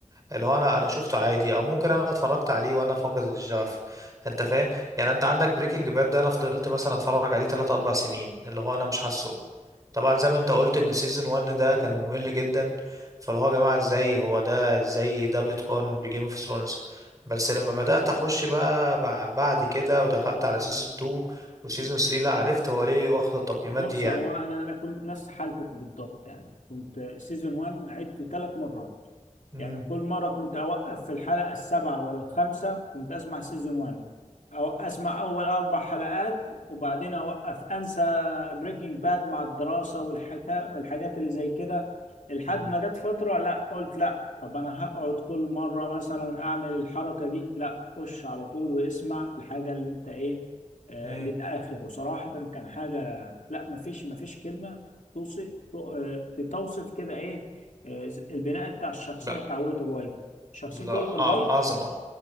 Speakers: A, on the right (about 25°); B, on the left (about 80°).
A: اللي هو انا انا شفته عادي او ممكن انا اتفرجت عليه وانا فاقد الشغف انت فاهم يعني انت عندك بريكنج باد ده انا فضلت مثلا اتفرج عليه 3 4 سنين اللي هو انا مش حاسه طبعا زي ما انت قلت ان سيزون 1 ده كان ممل جدا فاللي هو يا جماعه ازاي هو ده ازاي ده بيتقارن بجيم اوف ثرونز بس لما بدات اخش بقى بع- بعد كده ودخلت على سيزون 2 وسيزون 3 لا عرفت هو ليه واخد التقييمات
B: بص
A: دي يعني
B: هو انا انا كنت نفس حالتك بالضبط يعني كنت سيزون 1 عدته ثلاث مرات
A: امم
B: يعني كل مرة كنت أوقف في الحلقة السابعة ولا الخامسة كنت أسمع سيزون 1 أو أسمع أول أربع حلقات وبعدين أوقف أنسى بريكنج باد مع الدراسة والحكا والحاجات اللي زي كده لحد
A: امم
B: ما جت فترة لا قلت لا طب أنا هقعد كل مرة مثلا أعمل الحركة دي لا خش على طول واسمع الحاجة اللي أنت إيه آه
A: امم
B: للآخر وصراحة كان حاجة لا مفيش مفيش كلمة توصف تو- آه، توصف كده إيه آه، البناء بتاع الشخصيه
A: لا
B: بتاع والتر وايت شخصيه
A: لا
B: والتر
A: ع-
B: وايت
A: عظمه